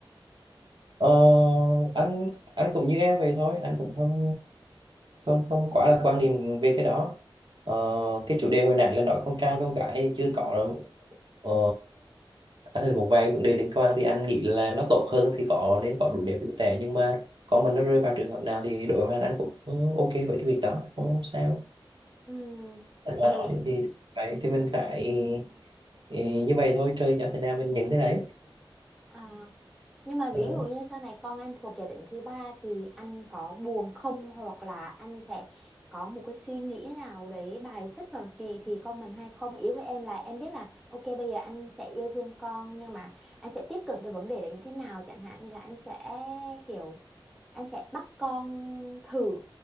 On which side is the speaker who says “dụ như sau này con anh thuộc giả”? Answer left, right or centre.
Centre